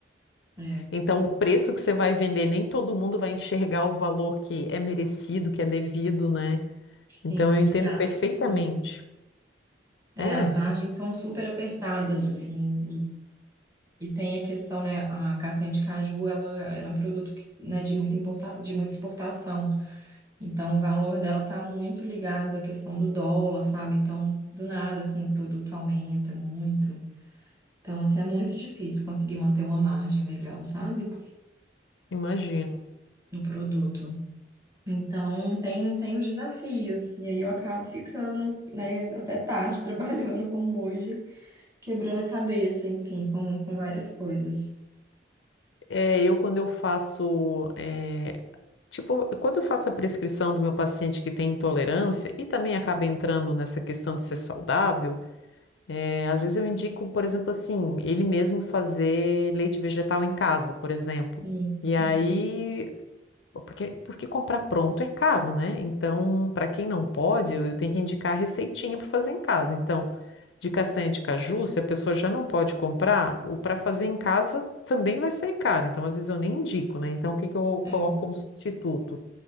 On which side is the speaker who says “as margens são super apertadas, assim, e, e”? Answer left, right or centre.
Right